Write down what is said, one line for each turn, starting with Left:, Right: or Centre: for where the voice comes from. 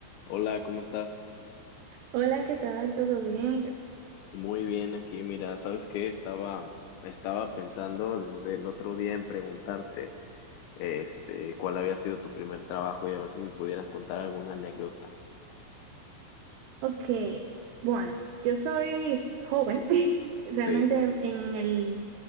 Left: Hola, ¿cómo estás?
Right: Hola, ¿qué tal? ¿Todo bien?
Left: Muy bien aquí. Mira, ¿sabes qué? Estaba, estaba pensando desde el otro día en preguntarte, este, cuál había sido tu primer trabajo y a ver si me pudieras contar alguna anécdota.
Right: Ok, bueno, yo soy joven. <laughs> Realmente
Left: Sí,
Right: en en el,